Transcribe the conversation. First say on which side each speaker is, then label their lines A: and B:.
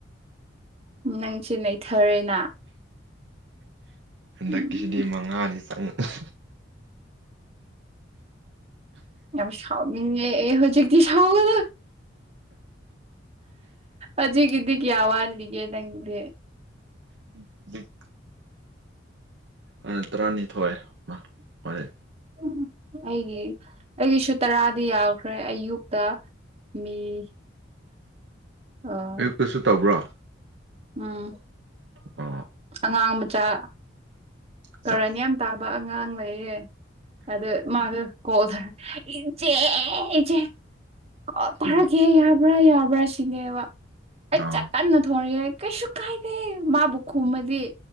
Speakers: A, on the right; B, on the right.
A: ꯅꯪꯁꯤ ꯅꯩꯊꯔꯦꯅ
B: ꯍꯟꯗꯛꯀꯤꯁꯤꯗꯤ
A: ꯎꯝ
B: ꯃꯉꯥꯗꯤ ꯆꯪꯉꯛ
A: ꯌꯥꯝ ꯁꯥꯎꯅꯤꯡꯉꯦ ꯑꯩ ꯍꯣꯖꯤꯛꯇꯤ ꯁꯥꯎꯒꯗ ꯑꯖꯤꯒꯤꯗꯤ ꯀꯋꯥ ꯋꯥꯠꯂꯤꯒꯦ ꯅꯪꯗꯦ
B: ꯍꯧꯖꯤꯛ ꯑꯥ ꯇꯔꯥꯅꯤꯊꯣꯏ ꯃ ꯃꯥꯅꯦ
A: ꯍꯝꯍꯝ ꯑꯩꯒꯤ ꯑꯩꯒꯤꯁꯨ ꯇꯔꯥꯗꯤ ꯌꯥꯎꯈ꯭ꯔꯦ ꯑꯌꯨꯛꯇ ꯃꯤ ꯑꯥ
B: ꯀꯩꯁꯨ ꯇꯧꯕ꯭ꯔꯣ
A: ꯎꯝ
B: ꯑꯣ
A: ꯑꯉꯥꯡ ꯃꯆꯥ
B: ꯆꯥ
A: ꯀꯔꯟ ꯌꯥꯝ ꯇꯥꯕ ꯑꯉꯥꯡ ꯂꯩꯌꯦ ꯑꯗꯨ ꯃꯥꯗꯣ ꯀꯣ ꯊꯔ ꯏꯆꯦ ꯏꯆꯦ ꯀ ꯊꯔꯒ
B: ꯎꯝ
A: ꯌꯥ ꯌꯥꯕ꯭ꯔꯥ ꯌꯥꯕ꯭ꯔꯥ ꯁꯤꯅꯦꯕ ꯑꯩ
B: ꯑꯥ
A: ꯆ ꯀꯟꯅ ꯊꯣꯡꯅꯑ ꯀꯩꯁꯨ ꯀꯥꯏꯗꯦ ꯃꯥꯕꯨ ꯈꯨꯝꯃꯗꯤ